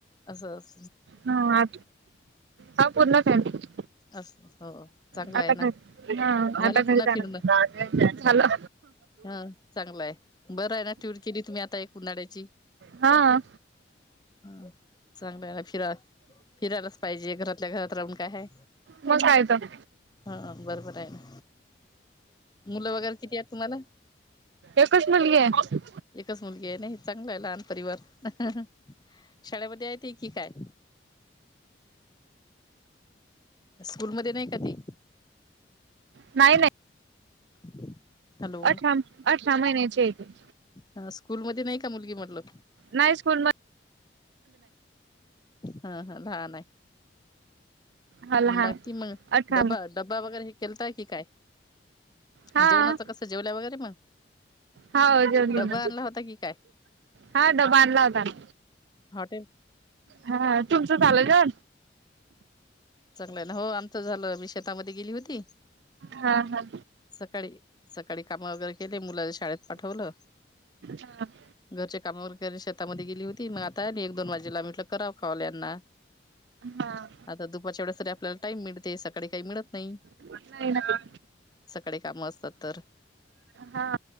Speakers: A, on the left; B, on the right.
A: आस!
B: हा हा पूर्ण फॅमिली.
A: असं हो चांगलं
B: आता
A: आहे ना
B: हा
A: झालं
B: आता घरी
A: पुन्हा
B: जाणार.
A: फिरणं
B: झाला!
A: हा चांगला आहे बरं आहे ना टूर केली तुम्ही आता एक उन्हाळ्याची.
B: हा
A: ह चांगलंला फिरा. फिरायलाच पाहिजे घरातल्या घरात राहून काय हाय!
B: मग काय तर
A: हा बरोबर आहे ना, मुलं वगैरे किती आहेत तुम्हाला?
B: एकाच मुलगी आहे.
A: एकच मुलगी आहे नाही चांगला आहे लहान परिवार, शाळेमध्ये येत की काय? स्कूलमध्ये नाही का ती?
B: नाही नाही.
A: <inaudible> हॅलो
B: अठरा अठरा महिन्याची आहे ती.
A: ह स्कूल मध्ये नाही का मुलगी म्हटलं?
B: नाही स्कूल म
A: हा हा लान आहे.
B: हा लहान
A: बाकी मग
B: अठरा
A: डबा ड्बा वगैरे हे केलताय कि काय?
B: हा
A: जेवणाचं कसं जेवल्या वगैरे मग?
B: हो जेवली
A: डबा आणला होता की काय
B: हा डबा आणला होता ना.
A: हॉटेल
B: हा तुमचं झालं ना?
A: चांगला आहे ना, हो आमचं झालं मी शेतामध्ये गेली होती.
B: हा हा.
A: सकाळी सकाळी काम वगैरे केले मुलाला शाळेत पाठवलं.
B: हा
A: घरच्या कामा वगैरे शेतामध्ये गेली होती मग आता एक दोन वाजेला म्हटलं कराव कॉल ह्यांना.
B: हा
A: आता दुपारच्या वेळेस तरी आपल्याला टाइम मिळते सकाळी काही मिळत नाही.
B: नाही ना,
A: सकाळी कामं असतात तर
B: हा.